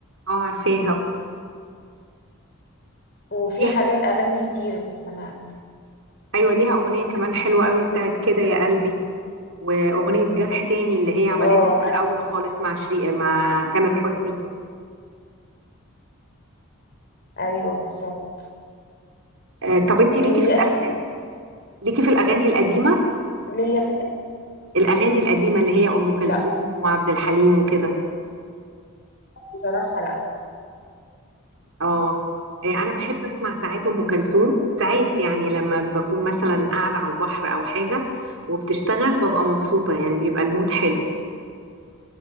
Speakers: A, on the right; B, on the left.
A: اه عارفاها
B: وفي
A: ليها
B: حاجات اغاني كتير بس انا
A: أيوة ليها أغنية كمان حلوة قوي بتاعت كده يا قلبي وأغنية جرح تاني اللي هي عملتها
B: اه
A: في الأول
B: ايوه
A: خالص مع شريق مع تامر حسني
B: ايوه بالظبط
A: آه، طب انت ليكي
B: هي
A: في الافلام
B: اساسا
A: ليكي في الاغاني القديمه
B: ليا في إيه؟
A: الاغاني القديمه اللي هي ام كلثوم
B: لا
A: وعبد الحليم وكده
B: الصراحه لا
A: اه آه، انا بحب اسمع ساعات ام كلثوم ساعات يعني لما بكون مثلا قاعده على البحر او حاجه وبتشتغل ببقى مبسوطه يعني بيبقى المود حلو